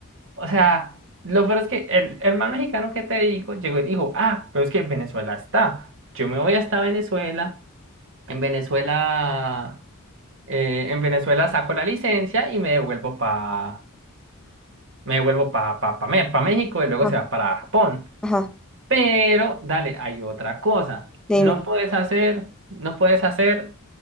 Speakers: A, on the right; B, in the centre.
A: o sea, lo peor es que el hermano mexicano que te digo llegó y dijo, ah, pero es que Venezuela está. Yo me voy hasta Venezuela En Venezuela, eh, en Venezuela saco la licencia y me devuelvo pa, me devuelvo pa, pa, pa, Me- pa México y luego
B: sí.
A: se va para Japón.
B: Ajá.
A: Pero, dale, hay otra cosa.
B: Dime.
A: No puedes hacer, no puedes hacer